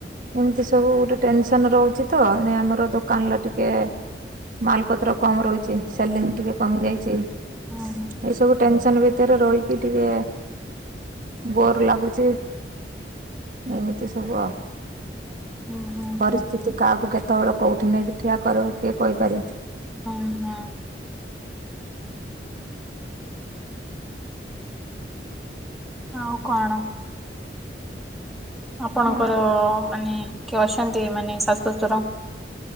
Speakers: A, on the right; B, in the centre.
A: ଏମିତି ସବୁ ଗୋଟେ ଟେନସନ୍ ରହୁଛି ତ ଏଣେ ଆମର ଦୋକାନରେ ଟିକେ ମାଲପତ୍ର କମ ରହିଚି ସେଲିଙ୍ଗ ଟିକେ କମି ଯାଇଚି ଏ
B: ହୁଁ
A: ସବୁ ଟେନସନ୍ ଟେନସନ୍ ଭିତରେ ରହି କି ଟିକେ ବୋର୍ ଲାଗୁଚ। ଏମିତି ସବୁ ଆ।
B: ହୁଁ ହୁଁ
A: ପରିସ୍ଥିତି କାହାକୁ କେତେବେଳେ କୋଉଠି ନେଇକି ଠିଆ କରେଇ କିଏ କହିପାରେ।
B: ହଁ ହଁ। ଆଉ କଣ? ଆପଣଙ୍କର
A: ଆଉ
B: ମାନେ କିଏ ଅଛନ୍ତି ମାନେ ଶାଶ ଶଶୁର?